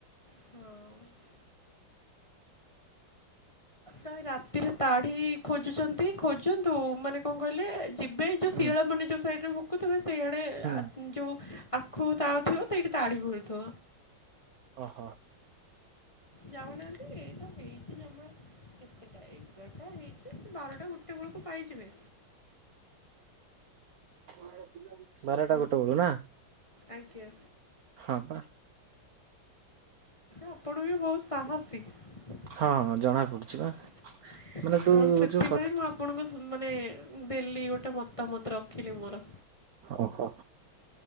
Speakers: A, on the left; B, on the right.
A: ହଁ। ତ ଏ ରାତିରେ ତାଢି ଖୋଜୁଛନ୍ତି ଖୋଜନ୍ତୁ ମାନେ କଣ କହିଲେ ଯିବେ ଯେଉଁ
B: ହୁଁ
A: ଶିଆଳ ମାନେ ଯେଉଁ ସାଇଡ଼ରେ ଭୁକୁଥିବେ ସେଇଆଡ଼େ
B: ହୁଁ
A: ଆତ୍ମ ଯୋଉ ଆଖୁ ତାଳ ଥିବ ସେଇଠି ତାଢ଼ି ମିଳୁଥିବ।
B: ଓ ହୋ।
A: ଯାଉନାହାନ୍ତି ଏଇ ତ ହେଇଛି ଜମା କେତେଟା ଏଗାରଟା ହେଇଚି ବାରଟା ଗୋଟେ ବେଳୁକୁ ପାଇଯିବେ।
B: ହୁଁ ବାରଟା ଗୋଟେ ବେଳୁ ନା?
A: ଆଜ୍ଞା।
B: ହଁ ପା।
A: ଆପଣ ବି ବୋହୁତ ସାହସି ତ
B: ହଁ ହଁ ଜଣା ପଡୁଛି ବା ମାନେ ତୁ
A: ସେଥିପାଇଁ
B: ଯୋଉ କଥା
A: ମୁଁ ଆପ ଆପଣଙ୍କୁ ମାନେ ଦେଲି ଗୋଟେ ମତାମତ ରଖିଲି ମୋର।
B: ଓହୋ